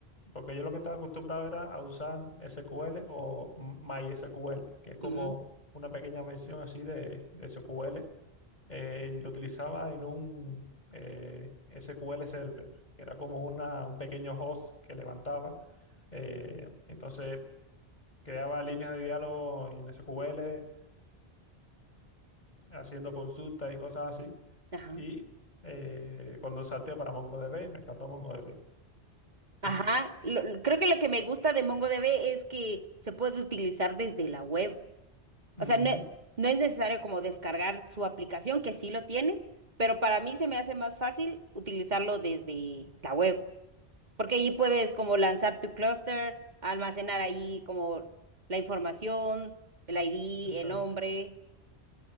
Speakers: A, on the left; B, on the right.
A: porque yo lo que estaba acostumbrado era a usar SQL o MySQL, que es como
B: ujú,
A: una pequeña versión así de, de SQL. Eh, y lo utilizaba en un eh, SQL Server, que era como una, un pequeño host que levantaba. Eh, entonces creaba líneas de diálogo en SQL haciendo consultas y cosas así.
B: Ajá.
A: Y eh, cuando salté para MongoDB, me encantó MongoDB.
B: Ajá.
A: <laughs>
B: Lo- lo- creo que lo que me gusta de MongoDB es que se puede utilizar desde la web. O
A: Ujú,
B: sea, no, e- no es necesario como descargar su aplicación, que sí lo tiene, pero para mí se me hace más fácil utilizarlo desde la web, porque ahí puedes como lanzar tu clúster, almacenar ahí como la información, el ID,
A: Exacto,
B: el nombre.